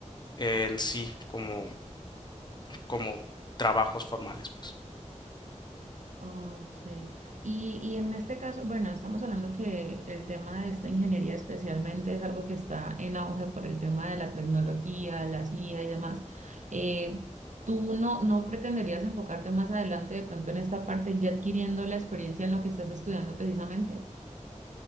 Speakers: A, on the left; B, on the right.
A: en sí como como trabajos formales, pues.
B: Ok. Y, y en este caso, bueno, estamos hablando que el tema de esta ingeniería especialmente es algo que está en auge por el tema de la tecnología, la IA y demás. Eh, ¿tú no, no pretenderías enfocarte más adelante de pronto en esta parte ya adquiriendo la experiencia en lo que estás estudiando precisamente?